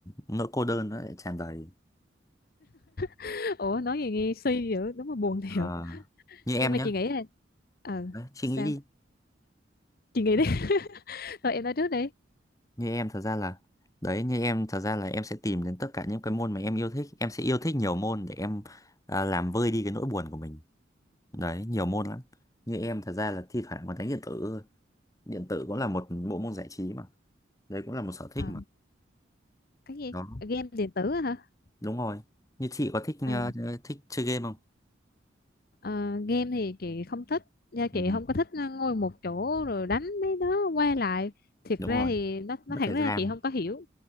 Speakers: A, on the left; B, on the left.
A: nỗi cô đơn nó lại tràn đầy.
B: <laughs> ủa nói gì nghe suy dữ đúng là buồn thiệt
A: Ờ, như em
B: nhưng mà
A: nhá,
B: chị nghĩ là ờ
A: đấy, suy
B: sao
A: nghĩ đi.
B: chị nghĩ đi <laughs> rồi em nói trước đi
A: Như em thật ra là đấy như em thật ra là em sẽ tìm đến tất cả những cái môn mà em yêu thích. Em sẽ yêu thích nhiều môn để em à, làm vơi đi cái nỗi buồn của mình. Đấy, nhiều môn lắm. Như em thật ra là thi thoảng còn đánh điện tử. thôi. Điện tử cũng là một bộ môn giải trí mà đấy cũng là một sở thích
B: Ờ,
A: mà
B: cái gì
A: đó
B: game điện tử á hả
A: đúng rồi như chị có thích
B: à,
A: ờ, thích chơi game không
B: ờ, game thì chị không thích nha chị
A: ừ,
B: không có thích ngồi một chỗ rồi đánh mấy đó qua lại thiệt
A: đúng
B: ra
A: rồi
B: thì nó nó
A: mất
B: thẳng
A: thời
B: ra
A: gian
B: chị không có hiểu